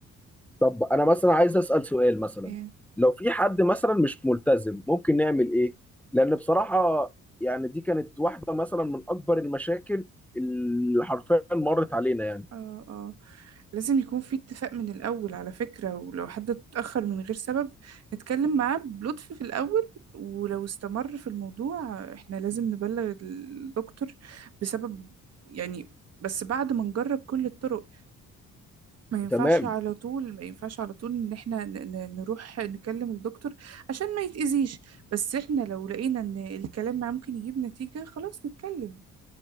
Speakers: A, in the centre; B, on the right.
A: طب انا مثلا عايز اسال سؤال مثلا
B: إيه.
A: لو في حد مثلا مش ملتزم ممكن نعمل ايه لان بصراحه يعني دي كانت واحده مثلا من اكبر المشاكل اللي حرفيا مرت علينا يعني
B: اه اه لازم يكون في اتفاق من الأول على فكرة ولو حد اتأخر من غير سبب نتكلم معاه بلطف في الأول ولو استمر في الموضوع احنا لازم نبلغ الدكتور بسبب يعني بس بعد ما نجرب كل الطرق ما ينفعش
A: تمام
B: على طول ما ينفعش على طول ان احنا ن- ن- نروح نكلم الدكتور عشان ما يتأذيش بس احنا لو لقينا ان الكلام معاه ممكن يجيب نتيجة خلاص نتكلم